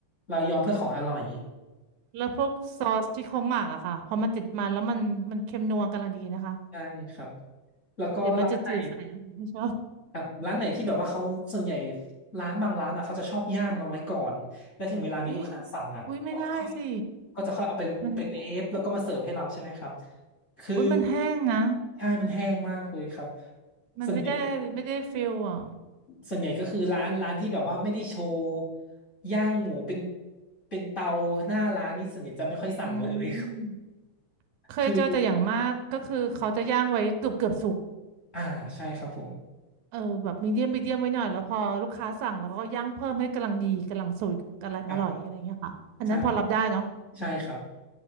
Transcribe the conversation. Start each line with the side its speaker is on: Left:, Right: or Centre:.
Left: เรายอมเพื่อของอร่อย
Right: แล้วพวกซอสที่เขาหมักอะค่ะพอมันติดมันแล้วมันมันเค็มนัวกำลังดีนะคะ
Left: ใช่ครับแล้วก็ร้านไหน
Right: เดี๋ยวมันจะจืดๆใส่อะไม่ชอบ
Left: ครับร้านไหนที่แบบว่าเขาส่วนใหญ่ร้านบางร้านอ่ะเขาจะชอบย่างมาไว้ก่อนแล้วถึงเวลามีลูกค้าสั่งอ่ะก็จะค่อย
Right: อุ้ยอุ้ยไม่ได้สิ
Left: ก็จะค่อยเอาไปไปเวฟแล้วก็มาเสิร์ฟให้เราใช่ไหมครับ
Right: มัน
Left: คือ
Right: อุ้ยมันแห้งนะ
Left: ใช่มันแห้งมากเลยครับ
Right: มันไม่ได้ไม่ได้ฟิลอ่ะ
Left: ส่วนใหญ่ส่วนใหญ่ก็คือร้านร้านที่แบบว่าไม่ได้โชว์ย่างหมูเป็นเป็นเตาหน้าร้านนี่ส่วนใหญ่จะไม่ค่อยสั่งเลย
Right: อืม เคยเจอแต่อย่างมากก็คือเขาจะย่างไว้เกือบเกือบสุก
Left: <laughs> คืออ่าใช่ครับผม
Right: เออแบบมีเดียมมีเดียมไว้หน่อยแล้วพอลูกค้าสั่งแล้วก็ย่างเพิ่มให้กำลังดีกำลังสวกกำลังอร่อยอะไรเงี้ยค่ะอันนั้นพอรับได้เนาะ
Left: ครับใช่ใช่ครับ